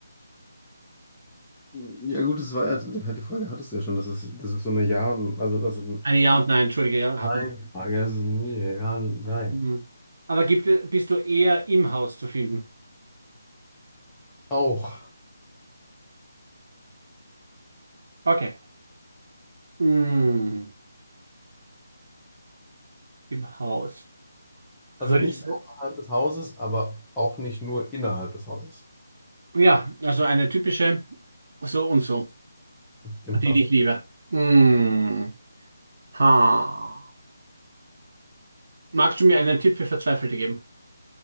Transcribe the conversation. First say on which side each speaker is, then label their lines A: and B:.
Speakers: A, in the centre; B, on the right (about 50°).
A: Ja gut, das war ja, die Frage hattest du ja schon, das ist, das ist so eine Ja und, also, also
B: Eine Ja und Nein, entschuldige, ja, hatten
A: Nein.
B: wir.
A: Frage, also nee, ja, nein.
B: Hm. Aber gibt, bist du eher im Haus zu finden?
A: Auch.
B: Okay. Hm. Im Haus. Größe.
A: Also nicht außerhalb des Hauses, aber auch nicht nur innerhalb des Hauses.
B: Ja, also eine typische so und so,
A: Genau.
B: die ich liebe. Hm. Ha. Magst du mir einen Tipp für Verzweifelte geben?